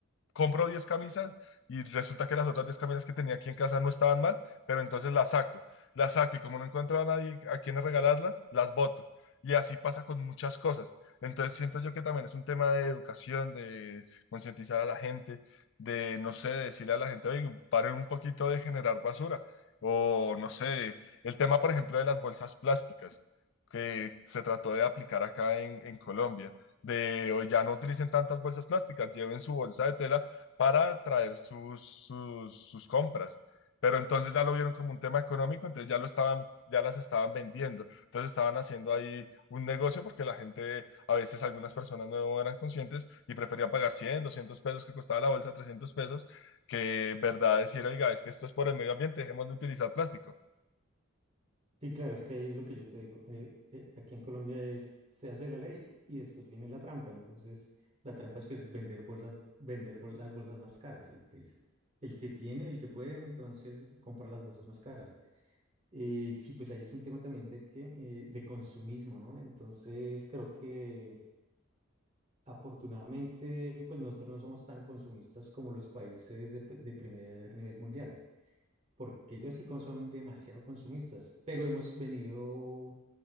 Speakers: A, on the left; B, on the right.
A: compro 10 camisas y resulta que las otras 10 camisas que tenía aquí en casa no estaban mal, pero entonces las saco las saco y como no encuentro a nadie a quien regalarlas, las boto. Y así pasa con muchas cosas. Entonces siento yo que también es un tema de educación, de concientizar a la gente, de, no sé, de decirle a la gente, oye, paren un poquito de generar basura. O, no sé, el tema, por ejemplo, de las bolsas plásticas que se trató de aplicar acá en, en Colombia, de hoy ya no utilicen tantas bolsas plásticas, lleven su bolsa de tela para traer sus, sus, sus compras. Pero entonces ya lo vieron como un tema económico, entonces ya lo estaban, ya las estaban vendiendo. Entonces estaban haciendo ahí un negocio porque la gente, a veces algunas personas no eran conscientes y preferían pagar 100 200 pesos que costaba la bolsa, 300 pesos, que verdad decir, oiga, es que esto es por el medio ambiente, dejemos de utilizar plástico.
B: Sí, claro, es que ahí es lo que yo te digo. eh, eh, aquí en Colombia es, se hace la ley y después viene la trampa. Entonces, la trampa es pues vender bolsas, vender bol- las bolsas más caras. Y pues el que tiene, el que puede, entonces compra las bolsas más caras. Eh, sí, pues ahí es un tema también de que eh, de consumismo, ¿no? Entonces creo que afortunadamente, pues nosotros no somos tan consumistas como los países de, p- de primer nivel mundial, porque ellos sí con- son demasiado consumistas, pero hemos venido